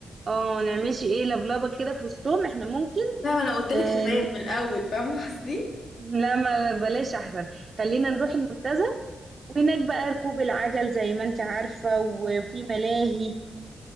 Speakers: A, on the right (about 30°); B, on the left (about 70°).
A: آه، نعملش ايه لبلبة كده في وسطهم احنا ممكن
B: فاهمه انا قلت لك
A: آه،
B: شباب من الاول فاهمه قصدي
A: لا ما بلاش احسن خلينا نروح المنتزه وهناك بقى ركوب العجل زي ما انت عارفة وفي ملاهي